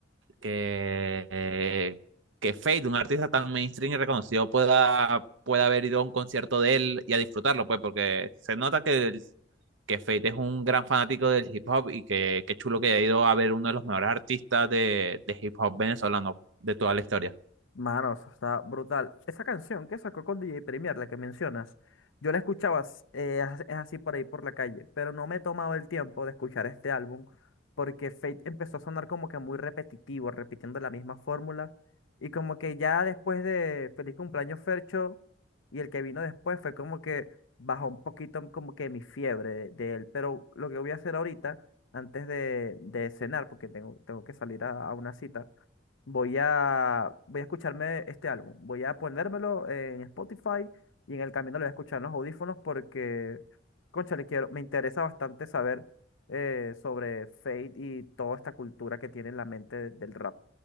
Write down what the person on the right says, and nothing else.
que, eh, que Fade, un artista tan mainstream y reconocido, pueda, pueda haber ido a un concierto de él y a disfrutarlo, pues, porque se nota que, el- que Fade es un gran fanático del hip hop y que, qué chulo que haya ido a ver uno de los mejores artistas de, de hip hop venezolano de toda la historia.